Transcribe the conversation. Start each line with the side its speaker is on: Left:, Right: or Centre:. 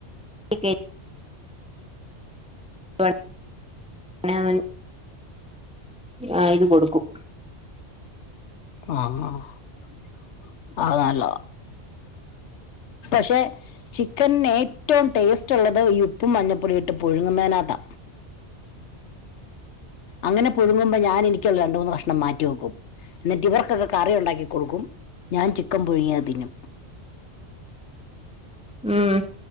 Centre: <unintelligible> <unintelligible> ആ ഇതുകൊടുക്കും.
Left: ആ ആ അത് നല്ലതാ. ക്ഷേ ചിക്കൻ ഏറ്റോം ടേസ്റ്റുള്ളത് ഈ ഉപ്പും മഞ്ഞപ്പൊടി ഇട്ടു പുഴുങ്ങുന്നതിനാത്താ. അങ്ങനെ പുഴുങ്ങുമ്പം ഞാൻ എനിക്കൊരു രണ്ടുമൂന്നു കഷ്ണം മാറ്റിവെക്കും. എന്നിട്ടിവർക്കൊക്കെ കറിയൊണ്ടാക്കി കൊടുക്കും ഞാൻ ചിക്കൻ പുഴുങ്ങിയത് തിന്നും.
Centre: ഉം